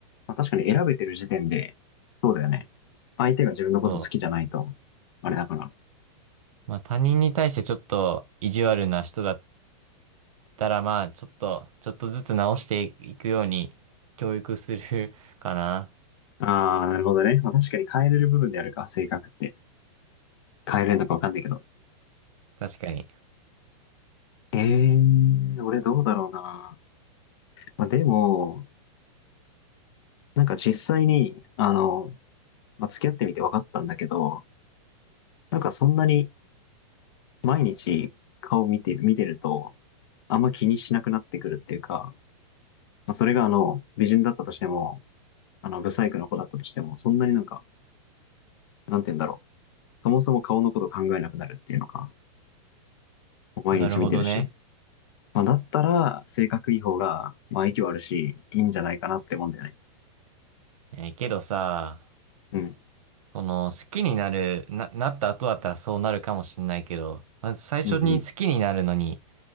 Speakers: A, on the left; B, on the right.
A: まあ、確かに選べてる時点で、そうだよね。相手が自分のこと好きじゃないと、
B: そ
A: あれだから。
B: う。まあ他人に対してちょっと意地悪な人だったら、まあちょっと、ちょっとずつ直していくように教育する <laughs> かな。
A: ああ、なるほどね。まあ、確かに変えれる部分であるか、性格って。変えれるのかわかんないけど。
B: 確かに。
A: ええー、俺どうだろうな。まあ、でも、なんか実際に、あの、まあ、付き合ってみて分かったんだけど、なんかそんなに毎日顔見て、見てると、あんま気にしなくなってくるっていうか、まあ、それがあの、美人だったとしても、あの、ブサイクの子だったとしても、そんなになんか、なんて言うんだろう。そもそも顔のこと考えなくなるっていうのか、毎日見てるし。
B: なるほどね。
A: まあ、だったら、性格いい方が、まあ、息はあるし、いいんじゃないかなってもんだよね。
B: えーけどさ、
A: うん。
B: その、好きになる、な、なった後だったらそうなるかもしんないけど、まず最初に好きになるのに、
A: うんうん。